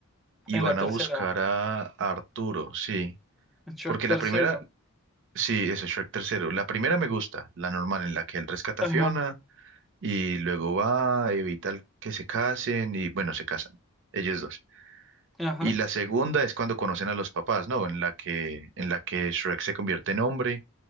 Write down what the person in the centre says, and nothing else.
en
la tercera,
en Shrek
tercero.
Ajá,
ajá,